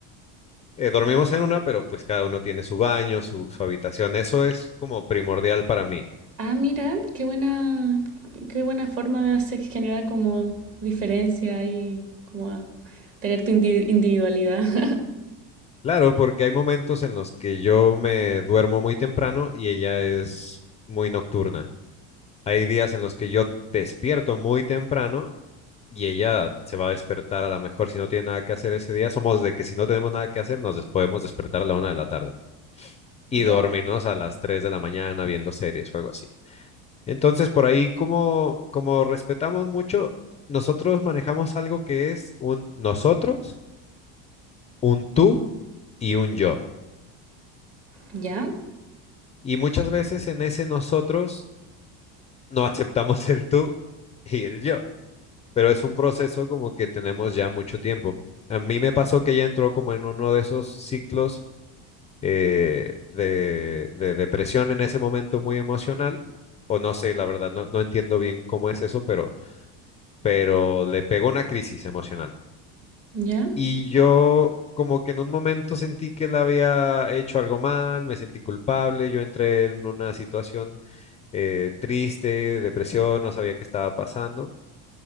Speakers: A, on the left; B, on the right.
A: Eh, dormimos en una, pero pues cada uno tiene su baño, su, su habitación. Eso es como primordial para mí.
B: Ah, mira, qué buena, qué buena forma de hacer generar como diferencia y como a tener tu indi- individualidad. <laughs>
A: Claro, porque hay momentos en los que yo me duermo muy temprano y ella es muy nocturna. Hay días en los que yo despierto muy temprano y ella se va a despertar a lo mejor si no tiene nada que hacer ese día. Somos de que si no tenemos nada que hacer, nos des- podemos despertar a la una de la tarde y
B: Ya.
A: dormirnos a las tres de la mañana viendo series o algo así. Entonces, por ahí, como, como respetamos mucho, nosotros manejamos algo que es un nosotros, un tú y un yo.
B: ¿Ya?
A: Y muchas veces en ese nosotros no <laughs> aceptamos el tú y el yo. pero es un proceso como que tenemos ya mucho tiempo. A mí me pasó que ella entró como en uno de esos ciclos eh, de, de depresión en ese momento muy emocional, o no sé, la verdad, no, no entiendo bien cómo es eso, pero, pero le pegó una crisis emocional.
B: ¿Ya?
A: Y yo como que en un momento sentí que la había hecho algo mal, me sentí culpable, yo entré en una situación eh, triste, depresión, no sabía qué estaba pasando.